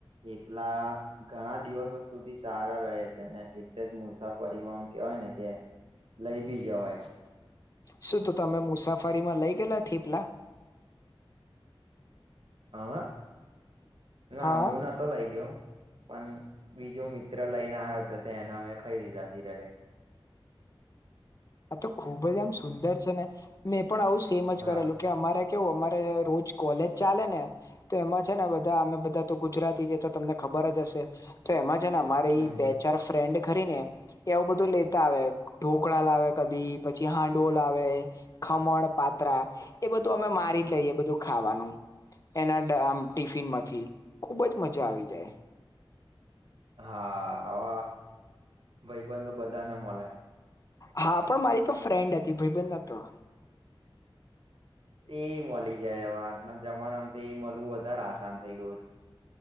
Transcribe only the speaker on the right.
એટલા. ઘણા દિવસો સુધી સારા રહે છે ને એટલે જ મુસાફરીમાંમ કેવાય ને કે. લઈ બી જવાય
હા હવે ના
હું ના તો લઈ ગયો પણ બીજો મિત્ર લઈને આવ્યો હતો તે એને અમે ખાઈ દીધા ત્યારે
હા
હમ
હા આવા ભાઈબંધ બધાને મળે
તે મળી જાય હવે આજના જમાનામાં તો એ મળવું વધારે આસાન થઇ ગયું છે